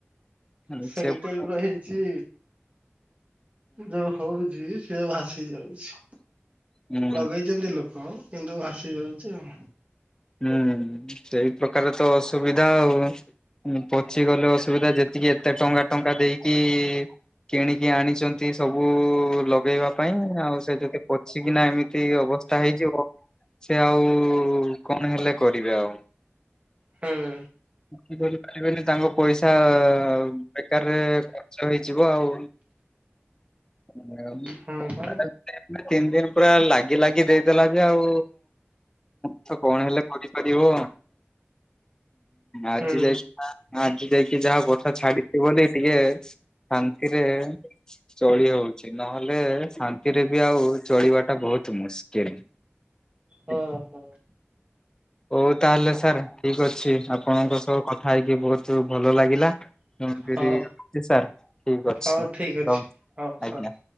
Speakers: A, on the left; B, on the right.
A: ହୁଁ
B: ସେଇ
A: ସେ ହୁଁ
B: ଟାଇପ ର ହେଇଛି। ଯୋଉ ହଉଛି ସିଏ ଭାସି ଯାଉଛି
A: ହୁଁ
B: ଲଗେଇଛନ୍ତି ଲୋ ହଁ କିନ୍ତୁ ଭାସି ଯାଉଛି ଆଉ।
A: ହୁଁ ସେଇ ପ୍ରକାର ତ ଅସୁବିଧା ଆଉ ପଚିଗଲେ ଅସୁବିଧା ଯେ ଟିକେ ଏତେ ଟଙ୍କା ଟଙ୍କା ଦେଇକି କିଣିକି ଆଣିଚନ୍ତି ସବୁ ଲଗେଇବା ପାଇଁ ଆଉ ସେ ଯଦି ପଚିକିନା ଏମିତି ଅବସ୍ଥା ହେଇଯିବ ସେ ଆଉ କଣ ହେଲେ କରିବେ ଆଉ
B: ହୁଁ
A: କିଛି କରିପାରିବେନି ତାଙ୍କ ପଇସା ବେକାରରେ ଖର୍ଚ୍ଚ ହେଇଯିବ ଆଉ। ହ <unintelligible>
B: ହଁ ପା
A: ତିନି ଦିନ ପୁରା ଲାଗି ଲାଗି ଦେଇଦେଲା ଯେ ଆଉ। ତ କଣ ହେଲେ କରିପାରିବ ଆଜି
B: ହୁଁ
A: ଯାଇକି ଆଜି ଯାଇ ଯାହା ବଥା ଛାଡିଛି ବୋଲି ଟିକେ ଶାନ୍ତିରେ ଚଳି ହଉଛି ନହେଲେ ଶାନ୍ତିରେ ବି ଆଉ ଚଳିବାଟା ବହୁତ ମୁସ୍କିଲ। <inaudible>
B: ହଁ ହଁ।
A: ହଉ ତାହେଲେ ସାର୍ ଠିକ ଅଛି ଆପଣଙ୍କ ସହ କଥା ହେଇକି ବହୁତୁ ଭଲ ଲାଗିଲା। <unintelligible> ହୋଉ
B: ହଉ
A: ସାର୍ ଠିକ ଅଛି
B: ହଉ ଠିକ ଅଛି
A: ରହିଲି
B: ହଉ ସର।
A: ଆଜ୍ଞା।